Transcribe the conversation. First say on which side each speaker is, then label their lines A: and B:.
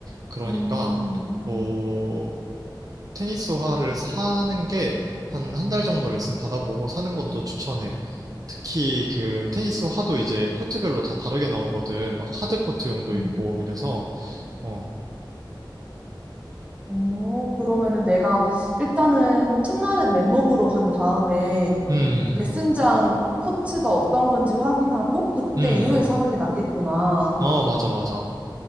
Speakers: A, on the right; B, on the right.
A: 그러니까
B: 음,
A: 뭐 테니스화를 사는 게 한 한 달 정도 레슨 받아보고 사는 것도 추천해. 특히 그 테니스화도 이제 코트별로 다 다르게 나오거든. 막 하드 코트용도
B: 음.
A: 있고 그래서 어.
B: 오, 그러면은 내가 일단은 첫날은 맨몸으로 간 다음에
A: 음.
B: 레슨장 코트가 어떤 건지 확인하고 그때
A: 음.
B: 이후에 사는 게 낫겠구나.
A: 어, 맞아 맞아.